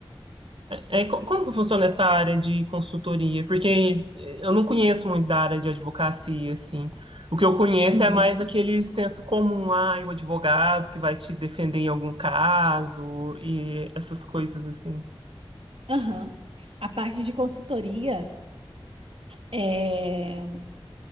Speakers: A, on the right (about 70°); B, on the right (about 80°).
A: É, é, co- como que funciona essa área de consultoria? Porque eh, eu não conheço muito da área de advocacia, assim. O que eu conheço
B: Uhum.
A: é mais aquele senso comum, ah, o advogado que vai te defender em algum caso e essas coisas assim.
B: Aham. A parte de consultoria é,